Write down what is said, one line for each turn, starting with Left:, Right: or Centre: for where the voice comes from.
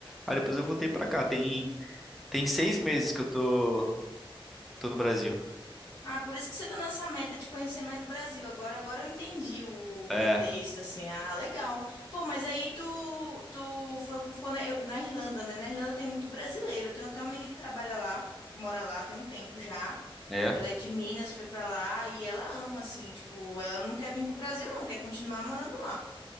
Centre: Aí depois eu voltei pra cá. Tem, tem seis meses que eu tô, tô no Brasil.
Left: Ah, por isso que você tá nessa meta de conhecer mais o Brasil. Agora, agora eu entendi o
Centre: É,
Left: contexto, assim. Ah, legal. Pô, mas aí tu, tu falou que foi na, eu- na Irlanda, né? Na Irlanda tem muito brasileiro. Eu tenho até uma amiga que trabalha lá, que mora lá, tem um tempo já.
Centre: é.
Left: Ela é de Minas, foi pra lá e ela ama, assim, tipo, ela não quer vir pro Brasil, não, quer continuar morando lá.